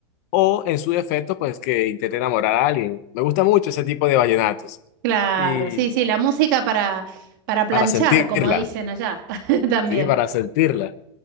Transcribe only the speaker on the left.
o en su defecto, pues que intente enamorar a alguien. Me gusta mucho ese tipo de vallenatos.
Y
para sentirla,
sí, para sentirla.